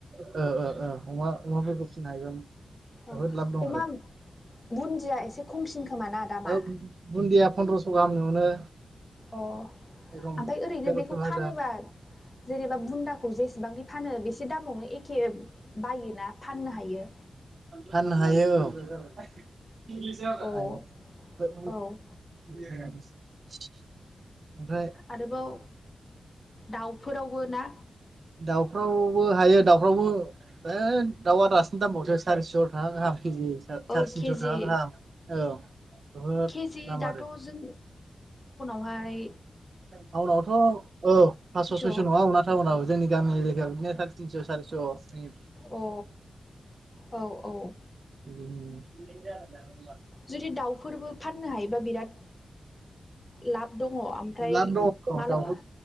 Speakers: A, on the right; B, on the left.
A: ओ ओ ओ अमा अमाफोरखौ फिसिनो हायोबा
B: औ
A: बहुद लाब दं
B: अमा
A: आरो
B: बुन्दिया एसे खमसिन। खोमा ना दामा
A: औ बुन्दिया पन्द्रस' गाहामनि मोनो।
B: अ ओमफ्राय
A: एखम
B: ओरैनो
A: तेरस'
B: बेखौ
A: हाजार
B: फानोबा जेनेबा बुन्दाखौ जेसेबांफानो बे एसे दामावनो एखे बायोना फाननो हायो।
A: फाननो <inaudible>
B: औ
A: <inaudible>
B: औ
A: ओमफ्राय
B: आरोबाव दाउफोरावबो ना
A: दाउफ्रावबो हायो दाउफ्रावबो है दाउआ दासिन दामावसो सारिस' थाखा गाहाम केजि साराय
B: औ
A: थिनस'
B: केजि
A: थाखा गाहाम औ बहुद
B: केजि
A: दाम
B: दाथ'
A: आरो
B: जों आवहाय
A: टाउनावथ' औ पासस' सयस'
B: औ
A: नङा अना टाउनाव जोंनि गामि एरिकायाव बिदिनो साराय थिनस' सारिस' दस्नि <unintelligible>
B: अ औ औ
A: बि <unintelligible>
B: जुदि दाउफोरबो फाननो हायोबा बिराद लाब दङ ओमफ्राय
A: लाब दङ दाउखौ
B: माबा